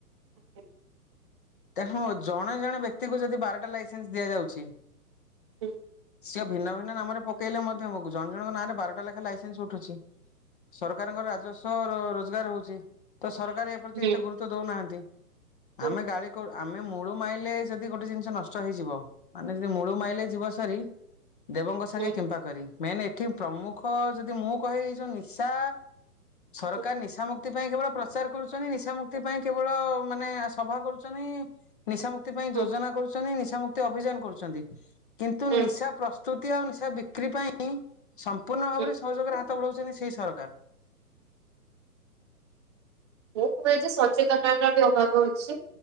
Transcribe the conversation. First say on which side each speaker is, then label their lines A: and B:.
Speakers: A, on the right; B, on the left.
A: <inaudible>
B: ତାହା ଜଣେ ଜଣେ ବ୍ୟକ୍ତିକୁ ଯଦି ବାରଟା ଲାଇସେନ୍ସ ଦିଆଯାଉଚି
A: ହୁଁ।
B: ସିଏ ଭିନ୍ନ ଭିନ୍ନ ନାମରେ ପକେଇଲେ ମଧ୍ୟ ଆମକୁ ଜଣ ଜଣଙ୍କ ନାଁରେ ବାରଟା ଲେଖା ଲସନ୍ସ୍ ଉଠୁଚି। ସରକାରଙ୍କର ରାଜସ୍ୱ ର ରୋଜଗାର ହଉଚି। ତ ସରକାର ଏପ୍ରତି
A: ହୁଁ
B: ଏତେ ଗୁରୁତ୍ୱ ଦଉନାହାନ୍ତି
A: ହୁଁ
B: ଆମେ ଗାଳି କ ଆମେ ମୂଳୁ ମାଇଲେ ଯଦି ଗୋଟେ ଜିନିଷ ନଷ୍ଟ ହେଇଯିବ, ମାନେ ଯଦି ମୂଳୁ ମାଇଲେ ଯିବ ସରି ଦେବଙ୍କ ସାଙ୍ଗେ
A: ହୁଁ
B: କିମ୍ପା କରି ମେନ୍ ଏ ଏଠି ପ୍ରମୁଖ ଯଦି ମୁଁ କହିବି ଏଇ ଯୋଉ ନିଶା ସରକାର
A: ହୁଁ
B: ନିଶ ମୁକ୍ତି ପାଇଁ କେବଳ ପ୍ର ଚାର କରୁଚନ୍ତି, ନିଶା ମୁୁକ୍ତି ପାଇଁ କେବଳ ମାନେ ସଭା କରୁଚନି ନିଶାମୁକ୍ତି ପାଇଁ
A: ହୁଁ
B: ଯୋଜନା କରୁଚନ୍ତି ନିଶ ମୁୁକ୍ତି ଅଭିଯାନ କରୁଚନ୍ତି, କିନ୍ତୁ
A: ହୁଁ
B: ନିଶା ପ୍ର ପ୍ରସ୍ତୁତି ଆଉ ନିଶା ବିକ୍ରି ପାଇଁ ସମ୍ପୂର୍ଣ୍ଣ ଭାବରେ
A: ହୁଁ।
B: ସହଯୋଗର ହାତ ବଢାଉଛନ୍ତି, ସେଇ ସରକାର।
A: ମୁଁ କୁହେ ଯେ ସଚେତନର ବି ଅଭାବ ଅଛି।